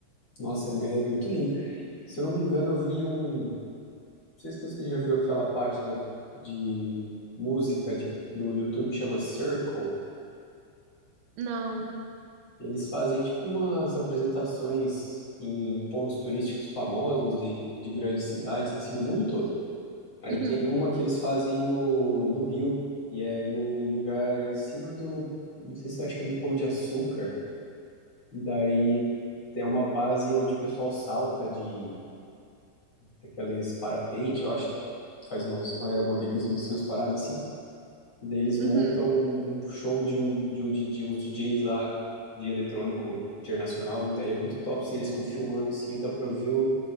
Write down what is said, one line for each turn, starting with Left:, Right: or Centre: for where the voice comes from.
Left: nossa, é, é muito lindo. Se eu não me engano, eu vi um. Não sei se você já viu aquela página de música de, do YouTube que chama Circle.
Right: Não.
Left: Eles fazem tipo umas apresentações em pontos turísticos famosos de, de grandes cidades, assim, do mundo todo. Aí
Right: Uhum,
Left: tem uma que eles fazem no, no Rio, e é num lugar em cima do, não sei se acho que é no Pão de Açúcar, e daí é uma base onde o pessoal salta de daqueles parapente, eu acho, faz uns um aeromodelismo assim, umas paradas assim, e daí eles montam
Right: uhum.
Left: um, um show de um de um DJ uns DJs lá de eletrônico internacional, e daí é muito top, assim, eles ficam filmando assim, e dá pra ver o-